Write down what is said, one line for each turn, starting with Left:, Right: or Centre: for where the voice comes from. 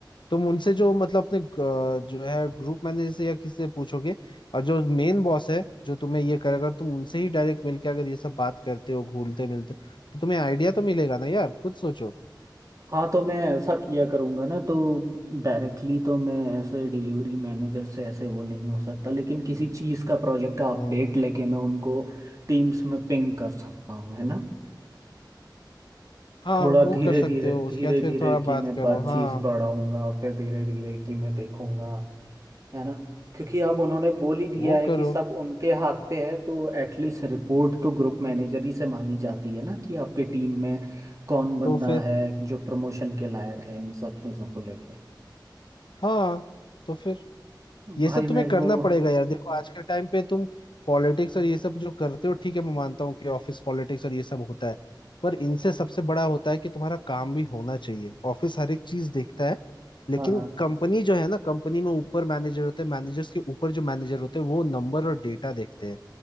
Left: तुम उनसे जो मतलब अपने अ, जो है ग्रुप मैनेजर से या किसी से पूछोगे और जो मेन बॉस है जो तुम्हें ये करे अगर तुम उनसे ही डायरेक्ट मिलके अगर ये सब बात करते हो घूलते मिलते हो, तो तुम्हें आइडिया तो मिलेगा ना यार खुद सोचो
Right: हाँ तो मैं ऐसा किया करूँगा ना तो डायरेक्टली तो मैं ऐसे डिलीवरी मैनेजर से ऐसे वो नहीं हो सकता लेकिन किसी चीज़ का प्रोजेक्ट का अपडेट
Left: हम्म,
Right: लेके मैं उनको टीम्स में पिंग कर सकता हूँ है ना
Left: हाँ
Right: थोड़ा
Left: वो
Right: धीरे
Left: कर सकते
Right: धीरे
Left: हो
Right: धीरे
Left: उसके बाद फिर
Right: धीरे
Left: थोड़ा
Right: कि
Left: बात
Right: मैं
Left: करो
Right: बात चीज़
Left: हाँ
Right: बढ़ाऊंगा फिर धीरे धीरे कि मैं देखूंगा है ना क्योंकि अब उन्होंने बोल ही दिया
Left: वो
Right: है कि
Left: करो
Right: सब उनके हाथ पे है तो एटलीस्ट रिपोर्ट तो ग्रुप मैनेजर ही से मांगी जाती है ना कि आपके टीम में कौन बंदा
Left: तो फिर
Right: है जो प्रमोशन के लायक है इन सब चीज़ों को लेके
Left: हाँ तो फिर ये
Right: भाई
Left: सब तुम्हें
Right: मेरे
Left: करना
Right: को
Left: पड़ेगा यार देखो आज के टाइम पे तुम पॉलिटिक्स और ये सब जो करते हो ठीक है मैं मानता हूँ कि ऑफिस पॉलिटिक्स और ये सब होता है पर इनसे सबसे बड़ा होता है कि तुम्हारा काम भी होना चाहिए ऑफिस हर एक चीज देखता है लेकिन
Right: हाँ हाँ
Left: कंपनी जो है ना कंपनी में ऊपर मैनेजर होते हैं मैनेजर्स के ऊपर जो मैनेजर होते हैं वो नंबर और डेटा देखते हैं